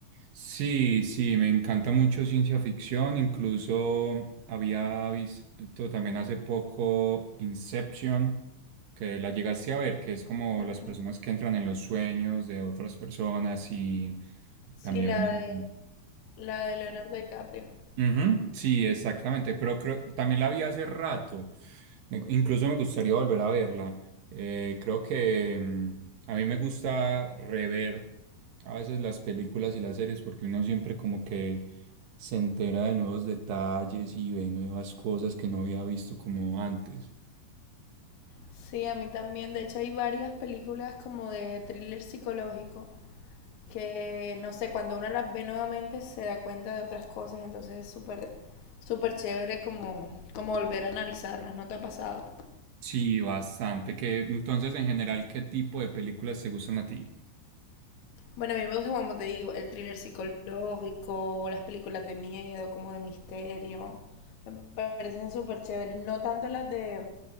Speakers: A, on the right; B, on the left.
A: Sí, sí, me encanta mucho ciencia ficción. Incluso había visto también hace poco Inception, que la llegaste a ver, que es como
B: Ujú.
A: las personas que entran en los sueños de otras personas y
B: Sí,
A: también...
B: la de, la de Leonardo DiCaprio.
A: Ujú, Sí, exactamente, pero creo, también la vi hace rato. Me- incluso me gustaría volver a verla. Eh, creo que mm, a mí me gusta rever a veces las películas y las series porque uno siempre como que se entera de nuevos detalles y ve nuevas cosas que no había visto como antes.
B: Sí, a mí también. De hecho, hay varias películas como de thriller psicológico que, no sé, cuando uno las ve nuevamente se da cuenta de otras cosas. Entonces es súper, súper chévere como, como volver a analizarlas. ¿No te ha pasado?
A: Sí, bastante. Que, entonces, en general, ¿qué tipo de películas te gustan a ti?
B: Bueno, a mí me gusta, como te digo, el thriller psicológico, las películas de miedo, como de misterio. Me parecen súper chéveres. No tanto las de,